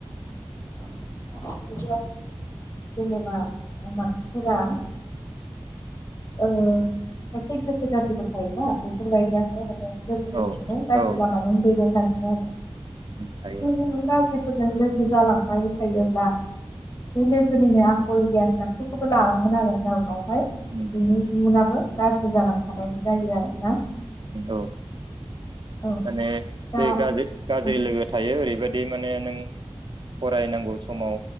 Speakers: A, on the left (about 40°); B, on the right (about 55°).
A: <unintelligible> जेनेबा ओ मानसिफोरा ओ खायसे गोसो गाज्रिबो थायोना बेफोरबायदियावहाय। लोगोफोरखौनो
B: औ
A: गाज्रि
B: औ
A: लामाजों दैदेनलाङो आरो
B: थायो
A: <unintelligible> फोरजों लोगो जालांबाय थायोब्ला बे लोग गोनिनो आखल गियान गासैखौबो लालांगोन आरो राव बावहाय
B: उम
A: बिनि
B: उम
A: इयुनाबो गाज्रि जालांफानायबो जायो आरो।
B: औ
A: औ
B: माने
A: दा
B: बे गाज्रि गाज्रि
A: औ
B: लोगो थायो ओरैबाय बे माने नों फरायनांगौ समाव